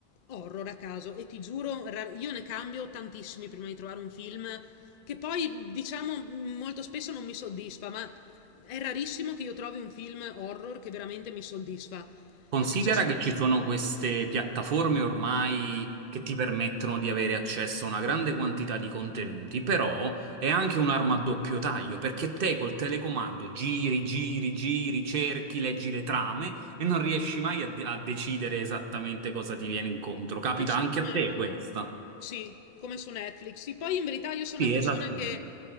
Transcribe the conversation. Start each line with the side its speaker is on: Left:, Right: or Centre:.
Left: horror a caso e ti giuro, ra- io ne cambio tantissimi prima di trovare un film che poi, diciamo, molto spesso non mi soddisfa, ma è rarissimo che io trovi un film horror che veramente mi soddisfa.
Right: Considera
Left: Non so se...
Right: che ci sono queste piattaforme ormai che ti permettono di avere accesso a una grande quantità di contenuti, però è anche un'arma a doppio taglio, perché te col telecomando giri, giri, giri, cerchi, leggi le trame e non riesci mai a, di- a decidere esattamente cosa ti viene incontro. Capita
Left: Ah sì,
Right: anche
Left: come
Right: a te questa?
Left: sì, come su Netflix. Sì, poi in verità io sono
Right: Sì,
Left: una persona
Right: esattamente.
Left: che,